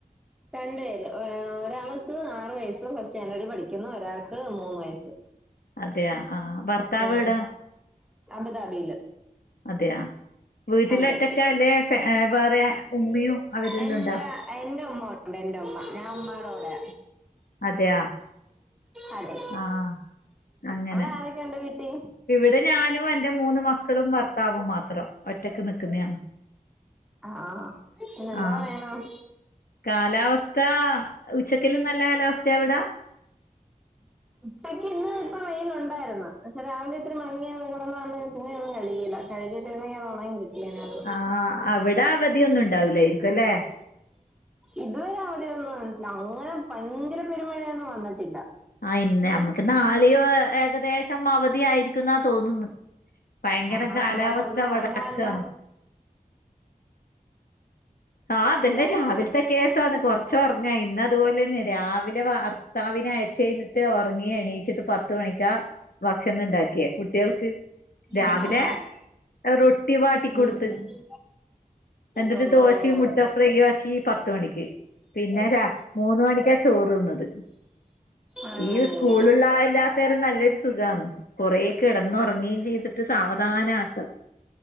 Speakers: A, in the centre; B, on the left.
A: രണ്ട് പേര് ഒരാൾക്ക് ആറു വയസ്സ് ഫസ്റ്റ് സ്റ്റാൻഡേർഡിൽ പഠിക്കുന്നു ഒരാൾക്ക് മൂന്ന് വയസ്സ്
B: അതെയാ ആഹ് ഭർത്താവ്
A: ഉം
B: എവിടാ
A: അബുദാബിയില്
B: അതെയാ വീട്ടില്
A: അതെ
B: ഒറ്റക്കല്ലേ വേറെ ഉമ്മയും അവരെല്ലാം
A: എന്റെ
B: ഉണ്ടാ
A: എന്റെ ഉമ്മണ്ട് എന്റുമ്മ ഞാൻ ഉമ്മാടൂടാ
B: അതെയാ
A: അതെ
B: ആഹ് അങ്ങനെ
A: അവിടെ ആരൊക്കെ ഉണ്ട് വീട്ടി
B: ഇവിടെ ഞാനും എന്റെ മൂന്ന് മക്കളും ഭർത്താവും മാത്രം ഒറ്റക്ക് നിക്കുന്നയാണോ
A: ആഹ് പിന്നെന്തോ
B: ആഹ്
A: വേണം
B: കാലാവസ്ഥ ഉച്ചക്കിലും നല്ല കാലാവസ്ഥയാ അവിട
A: ഉച്ചക്ക് ഇന്ന് ഇപ്പം വെയില് ഉണ്ടായിരുന്നു പക്ഷെ രാവിലെ ഇത്തിരി മങ്ങി കിടന്ന് പിന്നെ ഒന്നും കഴികില്ല കഴുകി ഇട്ടിരുന്നെങ്കിൽ ഉണങ്ങി കിട്ടിയേനെ അത്
B: ആ അവിടെ അവധിയൊന്നും ഉണ്ടാവൂലായിരിക്കും അല്ലെ
A: ഇതുവരെ അവധിയൊന്നും വന്നിട്ടില്ല അങ്ങനെ ഭയങ്കര പെരുമഴയൊന്നും വന്നിട്ടില്ല
B: ആ ഇന്ന് നമ്മുക്ക് നാളെയോ ഏകദേശം അവധിയായിരിക്കും എന്നാ തോന്നുന്നു ഭയങ്കര
A: ആഹാ
B: കാലാവസ്ഥ
A: അപ്പൊ കിടന്ന്
B: വടക്കാം
A: ഉറങ്ങാല്ലോ
B: ആഹ് അതന്നെ
A: പിള്ളേര്
B: രാവിലത്തെ
A: സ്കൂൾ
B: കേസാന്ന് കുറച്ച് ഉറങ്ങ ഇന്ന അതുപോലെ തന്നെ രാവിലെ ഭർത്താവിനെ അയിച്ചയിഞ്ഞി റ്റെ ഉറങ്ങി എണീച്ചിട്ട് പത്ത് മണിക്കാ ഭക്ഷണം ഉണ്ടാക്കിയേ കുട്ടികൾക്ക് രാവിലെ
A: ആ
B: റ റൊട്ടി വാട്ടിക്കൊടുത്ത്
A: ഉം ഉം
B: എന്തന്നിട്ട്
A: ഓ
B: ദോഷ
A: ഓ
B: ചറ്റി മുട്ട ഫ്രൈയും ആക്കി പത്തുമണിക്ക് പിന്നെ മൂന്ന് മണിക്കാ ചോറുതിന്നത്
A: ആണല്ലേ
B: ഈ സ്കൂളുള്ള എല്ലാ ലും നല്ലൊരു സുഖണ് കുറേ കിടന്നുറങ്ങേം ചെയ്തിട്ട് സാവധാനം ആക്ക